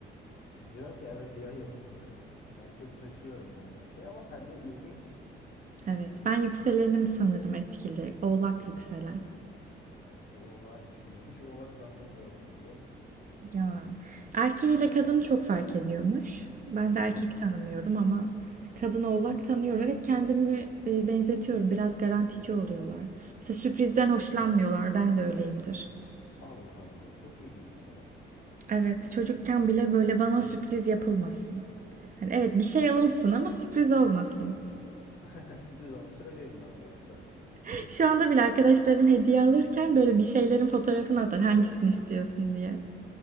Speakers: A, on the left (about 55°); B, on the right (about 40°).
A: Diyorum ki evet yayım. <laughs> Yani çok taşıyorum yani o şeyi ama sende ilginç.
B: Evet. Ben yükselenim sanırım etkili. Oğlak yükselen.
A: Ay, oğlağı hiç bilmiyorum. Hiç oğlak tanıdığım da yoktu biliyor musun?
B: Ya. Erkeğiyle kadını çok fark ediyormuş. Ben de erkek
A: Hı hı.
B: tanımıyorum ama kadın oğlak tanıyorum. Evet kendimi e, benzetiyorum. Biraz garantici oluyorlar. Mesela sürprizden hoşlanmıyorlar. Ben de öyleyimdir.
A: Allah Allah çok ilginç ya.
B: Evet, çocukken bile böyle bana sürpriz yapılmasın. Hani evet bir şey alınsın ama sürpriz olmasın.
A: <laughs> Sürpriz onu söyleyin bana baştan.
B: <laughs> Şu anda bile arkadaşlarım hediye alırken böyle bir şeylerin fotoğrafını atar hangisini istiyorsun diye.